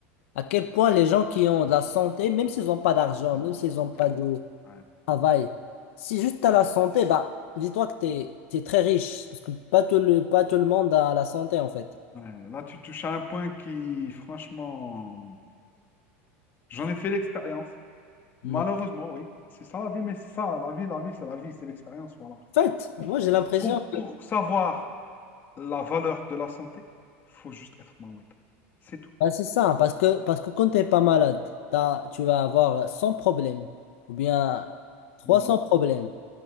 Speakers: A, on the left; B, on the left.
A: À quel point les gens qui ont de la santé, même s'ils n'ont pas d'argent, même s'ils n'ont pas de
B: Ouais,
A: travail, si juste tu as la santé, bah, dis-toi que tu es, très riche. Parce que pas tout le, pas tout le monde a la santé, en fait.
B: ouais. Là, tu touches à un point qui, franchement, j'en ai fait l'expérience. Malheureusement,
A: Hmm.
B: oui. C'est ça la vie, mais c'est ça, la vie, la vie, c'est la vie, c'est l'expérience, voilà.
A: En fait, moi, j'ai l'impression.
B: Pour, pour savoir la valeur de la santé, il faut juste être malade. C'est tout.
A: Ah, c'est ça, parce que, parce que quand tu n'es pas malade, t'as- tu vas avoir 100 problèmes ou bien trois
B: Mhm.
A: cents problèmes.